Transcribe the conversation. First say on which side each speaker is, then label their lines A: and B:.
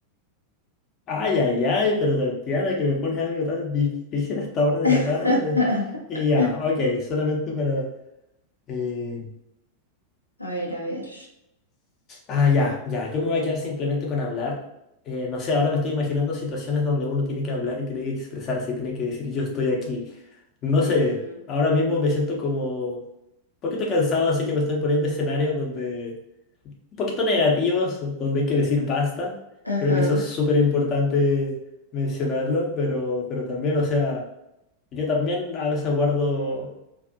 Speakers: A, on the left (about 35°); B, on the left (about 80°).
A: Ay, ay, ay, pero Tatiana, que me pones algo tan difícil hasta ahora de
B: <laughs>
A: la tarde. Y ya, ok, solamente para... eh,
B: A ver, a ver.
A: Ah, ya, ya, yo me voy a quedar simplemente con hablar. Eh, no sé, ahora me estoy imaginando situaciones donde uno tiene que hablar y tiene que expresarse y tiene que decir yo estoy aquí. No
B: Ujú,
A: sé, ahora mismo me siento como un poquito cansado, así que me estoy poniendo escenarios donde un poquito negativos, donde hay que decir basta.
B: Ajá.
A: Creo que eso es súper importante mencionarlo, pero, pero también, o sea, yo también a veces guardo